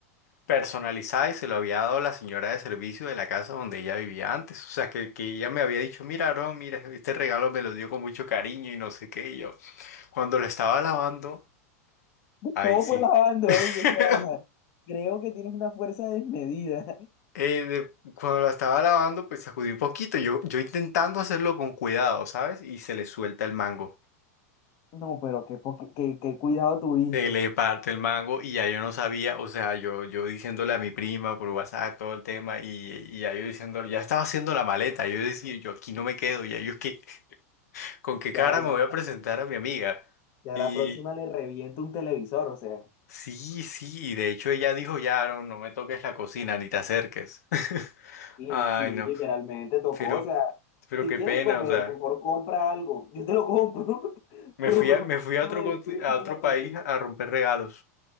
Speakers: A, on the left (about 85°); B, on the left (about 45°).
A: personalizada y se lo había dado la señora de servicio de la casa donde ella vivía antes. O sea, que, que ella me había dicho, mira, no, mira, este regalo me lo dio con mucho cariño y no sé qué. Y yo, cuando lo estaba lavando, ahí
B: Todo
A: sí.
B: fue lavando
A: <laughs>
B: ellos, o sea, creo que tienes una fuerza desmedida.
A: eh, de- cuando la estaba lavando, pues sacudí un poquito. Yo, yo intentando hacerlo con cuidado, ¿sabes? Y se le suelta el mango.
B: No, pero qué, poqui- qué, qué cuidado tuviste.
A: Se le parte el mango y ya yo no sabía, o sea, yo, yo diciéndole a mi prima por WhatsApp todo el tema y, y ya yo diciéndole, ya estaba haciendo la maleta. Yo decía, yo aquí no me quedo, ya yo es que, ¿con qué
B: Ya,
A: cara
B: ya,
A: me voy a presentar a mi amiga?
B: ya
A: Y
B: la próxima le reviento un televisor, o sea.
A: sí, sí, y de hecho ella dijo, ya, no, no me toques la cocina, ni te acerques. <laughs>
B: Y
A: Ay,
B: sí,
A: no,
B: literalmente tocó,
A: pero,
B: o sea,
A: pero
B: si
A: qué
B: quieres
A: pena,
B: comer,
A: o sea.
B: mejor compra algo. Yo te lo compro, <laughs>
A: Me
B: pero
A: fui
B: por
A: a,
B: favor
A: me fui a
B: no
A: otro,
B: me
A: conti-
B: descuides
A: a
B: más
A: otro
B: la cocina.
A: país a romper regalos.